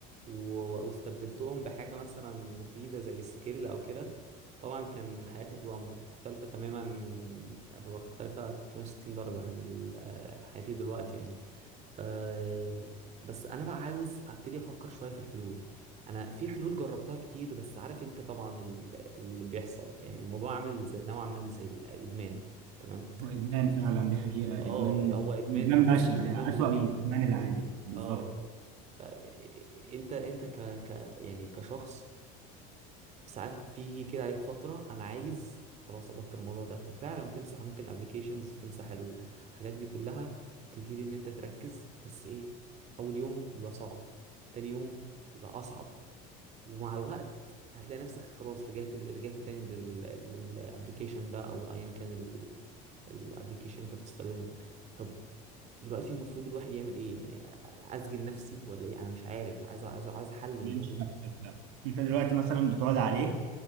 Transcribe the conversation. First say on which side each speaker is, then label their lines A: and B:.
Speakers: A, on the right; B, on the right.
A: و- واستبدلتهم بحاجه مثلا مفيده زي سكيل او كده طبعا كان حياتي هتبقى م- مختلفه تماما هتبقى مختلفه 360 درجه عن ال- حياتي دلوقتي يعني أم، بس انا بقى عاوز ابتدي افكر شويه في الحلول انا في حلول جربتها كتير بس عارف انت طبعا ال- اللي بيحصل يعني الموضوع عامل زي- نوعا ما زي الادمان تمام
B: هو إدمان فعلا دي حقيقة
A: اه
B: إدمان
A: هو ادمان
B: وإدمان
A: بس
B: بشع
A: ده
B: يعني
A: ادمان دوبامين
B: أسوأ من الإدمان العادي بالظبط
A: اه ف- انت انت ك ك يعني كشخص ساعات في كده عليك فتره انا عايز خلاص ابطل الموضوع ده وفعلا بتمسح ممكن الابليكيشنز تمسح الحاجات دي كلها وبتبتدي ان انت تركز بس ايه اول يوم بيبقى صعب تاني يوم بيبقى اصعب ومع الوقت هتلاقي نفسك خلاص رجعت رجعت تاني للابليكيشن ده او ايا كان الابليكيشن انت بتستخدمه طب دلوقتي المفروض الواحد يعمل ايه يعني اسجن نفسي ولا ايه انا مش عارف عايز عايز عايز حل للموضوع
B: بيمشي نفسك لا أنت دلوقتي مثلا بتقعد عليه